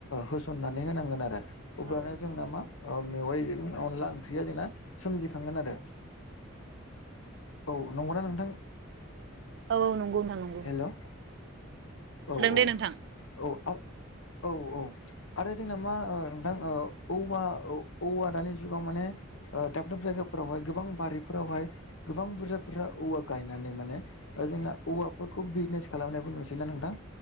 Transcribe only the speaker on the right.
औ
औ औ नंगौ नोंथां नं
दे नोंथां